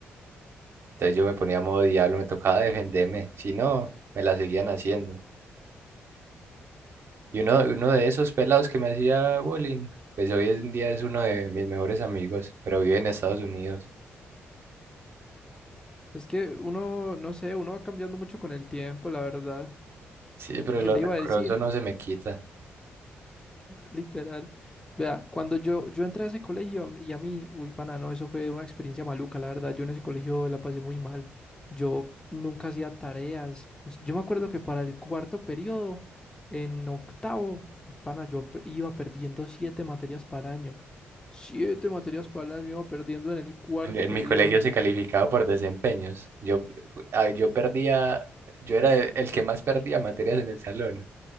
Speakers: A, on the right; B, on the left.
A: Entonces yo me ponía a modo diablo, me tocaba defenderme, si no, me la seguían haciendo. Y uno, uno de esos pelados que me hacía bullying, pues hoy en día es uno de mis mejores amigos, pero vive en Estados Unidos.
B: Es que uno, no sé, uno va cambiando mucho con el tiempo, la verdad.
A: Sí, pero
B: ¿Y qué
A: lo
B: le
A: rencoroso
B: iba a decir?
A: no se me quita.
B: Literal. Vea, cuando yo, yo entré a ese colegio a mí- y a mí, uy, pana, no, eso fue una experiencia maluca, la verdad. Yo en ese colegio la pasé muy mal. Yo nunca hacía tareas. Yo me acuerdo que para el cuarto periodo, en octavo, pana, yo pe- iba perdiendo siete materias para el año. Siete materias para el año iba perdiendo en el cuarto
A: En, en
B: periodo.
A: mi colegio se calificaba por desempeños. Yo, ah, yo perdía, yo era el el que más perdía materias en el salón